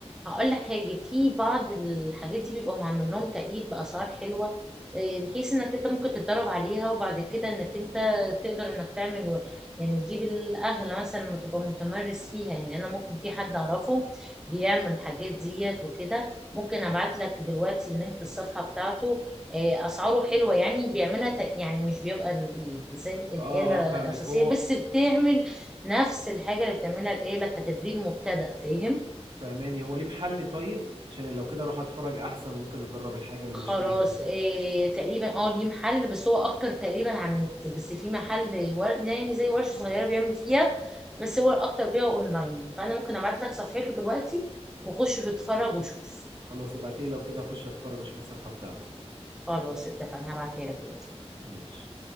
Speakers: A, in the centre; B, on the right.
A: هقول لك حاجة في بعض الحاجات دي بيبقوا معمول لهم تقييد بأسعار حلوة إيه، بحيث انك انت ممكن تتدرب عليها وبعد كده انك انت تقدر انك تعمل يعني تجيب الاغلى مثلا لما تبقى متمرس فيها يعني انا ممكن في حد اعرفه بيعمل الحاجات ديت وكده ممكن ابعت لك دلوقتي اللينك الصفحة بتاعته إيه، اسعاره حلوة يعني بيعملها تق- يعني مش بيبقى ال- زي الآلة
B: اه اه فاهمك
A: أساسية
B: هو
A: بس بتعمل نفس الحاجة اللي بتعملها الآلة كتدريب مبتدئ فاهم
B: فاهماني هو ليه محل طيب عشان لو كده اروح اتفرج احسن وممكن اجرب الحاجه قبل
A: خلاص
B: ما اشتريها
A: إيه تقريبا اه ليه محل بس هو اكتر تقريبا عن النت بس في محل ور- يعني زي ورشة صغيرة بيعمل فيها بس هو الاكتر بيها اونلاين فانا ممكن ابعت لك صفحته دلوقتي وخش واتفرج وشوف
B: خلاص ابعتيلي لو كده اخش اتفرج واشوف الصفحه بتاعته
A: خلاص اتفقنا هبعتها لك دلوقتي
B: ماشي